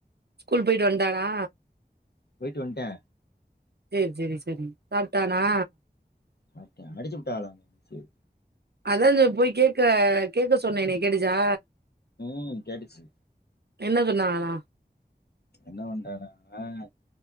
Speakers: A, on the right; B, on the left.
A: ஸ்கூல் போயிட்டு வன்ட்டானா
B: போயிட்டு வன்டா
A: சேர் சேரி செரிங் சாப்ட்டானா
B: சாப்ட்டே அடிச்சு புட்டாங்ளா சேர்
A: அதா அந்த போய் கேக்க கேக்க சொன்னேனே கேட்டுச்சா
B: ம் கேட்டுச்சு
A: என்ன சொன்னாங்களா
B: என்ன பண்றானா அங்க